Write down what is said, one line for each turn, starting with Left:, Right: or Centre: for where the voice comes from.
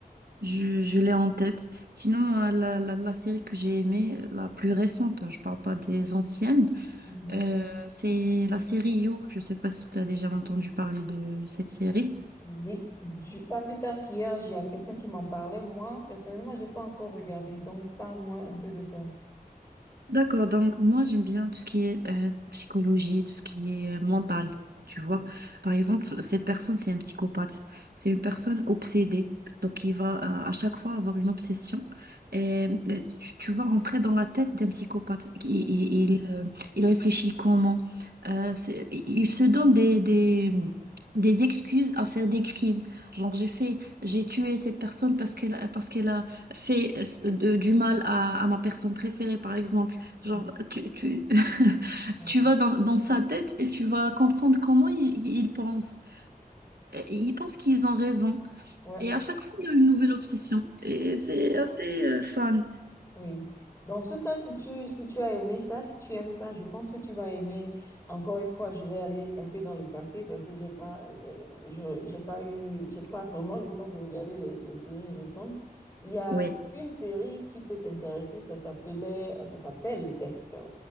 Right: Je, je l'ai en tête. Sinon, moi, la, la, la série que j'ai aimée, la plus récente, hein, je parle pas des anciennes,
Left: Mhm.
Right: Euh, c'est la série You. Je sais pas si tu as déjà entendu parler de cette série.
Left: Oui, du- pas plus tard qu'hier, il y a quelqu'un qui m'en parlait. Moi, personnellement, j'ai pas encore regardé, donc parle-moi un peu de ça.
Right: D'accord, donc moi j'aime bien tout ce qui est euh, psychologie, tout ce qui est euh, mental, tu vois. Par exemple, cette personne, c'est un psychopathe, c'est une personne obsédée, donc il va euh, à chaque fois avoir une obsession et euh, tu, tu vas rentrer dans la tête d'un psychopathe. Il,
Left: Oui.
Right: il, il, euh, il réfléchit comment, Euh, c'est- il se donne des, des, des excuses à faire des crimes. Genre j'ai fait, j'ai tué cette personne parce qu'elle, parce qu'elle a fait euh, de- du mal à à ma personne préférée, par exemple
Left: Mhm.
Right: Genre, tu, tu, <laughs>
Left: Bon.
Right: tu vas dans, dans sa tête et tu vas comprendre comment il, il pense. Et Ils pensent qu'ils ont raison.
Left: Ouais.
Right: Et à chaque fois, il y a une nouvelle obsession. Et c'est assez euh, fun.
Left: Oui. Dans ce cas, si tu, si tu as aimé ça, si tu aimes ça, je pense que tu vas aimer. Encore une fois, je vais aller un peu dans le passé parce que j'ai pas, euh, je, j'ai pas eu, j'ai pas vraiment le temps de regarder les, les séries récentes. Il y a
Right: Oui.
Left: une série qui peut t'intéresser, ça s'appelait, ça s'appelle Dexter.